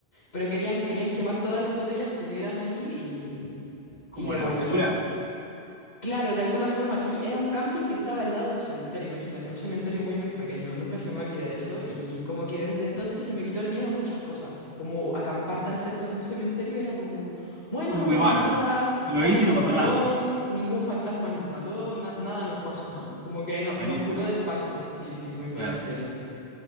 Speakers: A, on the left (about 70°); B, on the right (about 25°).
A: pero querían, querían quemar todas las botellas que hubieran ahí
B: Como
A: y, y devolvernos.
B: la basura.
A: Claro, de alguna forma sí, era un camping que estaba al lado de un cementerio, imagínate, un cementerio muy, muy pequeño, nunca se me va a olvidar eso y como que
B: Mm.
A: desde entonces se me quitó el miedo a muchas cosas, como acampar tan cerca de un cementerio era como, bueno,
B: Como
A: no pasa
B: que va,
A: nada,
B: lo
A: nadie
B: hice
A: nos
B: y no pasó
A: mató,
B: nada.
A: ningún fantasma nos mató, na- nada nos pasó, ¿no? Como que no-
B: Buenísimo,
A: nos curó de espanto, sí, sí, muy buena
B: claro.
A: experiencia.